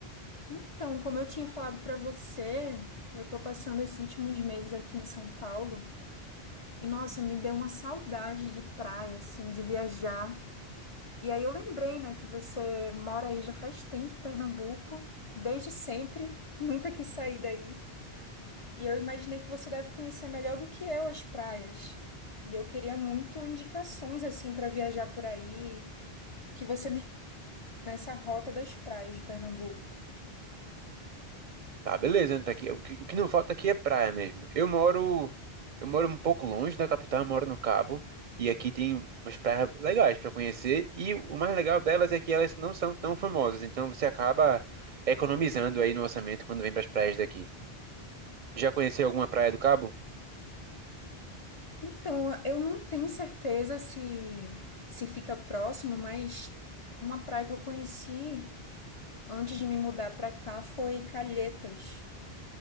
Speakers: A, on the left; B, on the right.
A: Então, como eu tinha falado pra você, eu tô passando esses últimos meses aqui em São Paulo e nossa, me deu uma saudade de praia, assim, de viajar. E aí eu lembrei, né, que você mora aí já faz tempo em Pernambuco, desde sempre, <laughs> nunca quis sair daí. E eu imaginei que você deve conhecer melhor do que eu as praias. E eu queria muito indicações assim para viajar por aí, que você me nessa rota das praias de Pernambuco.
B: Tá, beleza, então tá aqui. O que, o que não falta aqui é praia mesmo. Eu moro, eu moro um pouco longe da capital, eu moro no Cabo, e aqui tem umas praias legais pra conhecer, e o mais legal delas é que elas não são tão famosas, então você acaba economizando aí no orçamento quando vem pras praias daqui. Já conheceu alguma praia do Cabo?
A: Então, eu não tenho certeza se se fica próximo, mas uma praia que eu conheci antes de me mudar para cá foi Calhetas.